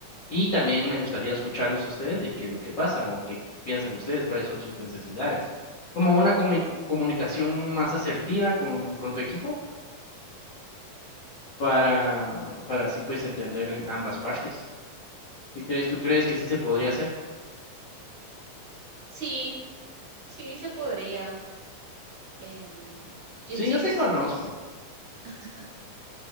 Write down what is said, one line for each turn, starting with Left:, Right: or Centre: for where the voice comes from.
Left: Y también me gustaría escucharlos a ustedes de qué es lo que pasa o qué piensan ustedes, cuáles son sus necesidades. Como una comu- comunicación más asertiva con, con tu equipo para, para así pues entender en ambas partes. ¿Qué crees? ¿Tú crees que sí se podría hacer?
Right: sí, sí se podría. em, y
Left: Sí,
Right: es chistoso.
Left: yo te conozco.
Right: <laughs>